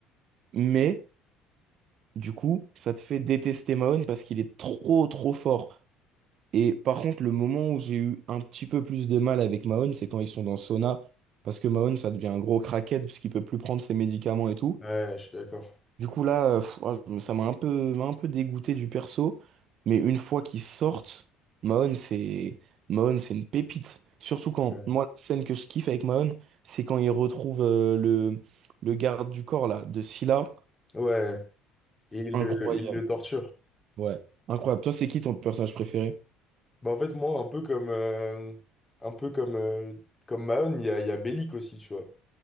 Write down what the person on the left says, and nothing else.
Ouais, je suis d'accord.
Ouais.
Ouais. Et il
le, il le torture.
Bah, en fait, moi, un peu comme, euh, un peu comme, euh, comme Mahon, il y a, il y a Bellic aussi, tu vois.